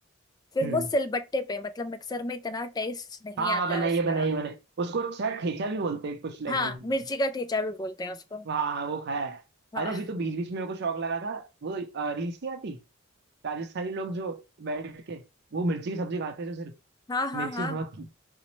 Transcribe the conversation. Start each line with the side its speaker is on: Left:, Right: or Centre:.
Left: फिर
Right: हम्म
Left: वो सिलबट्टे पे मतलब मिक्सर में इतना टेस्ट नहीं
Right: हाँ
Left: आता
Right: हाँ बनाइए
Left: है उसका
Right: बनाइए मैंने उसको शायद ठेचा भी बोलते हैं कुछ लैंग्वेज
Left: हाँ
Right: में
Left: मिर्ची का ठेचा भी बोलते हैं उसको
Right: हाँ हाँ वो खाया है
Left: हाँ
Right: अरे अभी तो बीच बीच में मेरे को शौक लगा था वो रील्स नहीं आती राजस्थानी लोग जो बैठ के वो मिर्ची की सब्जी खाते हैं जो सिर्फ
Left: हाँ हाँ
Right: मिर्ची
Left: हाँ
Right: नमक की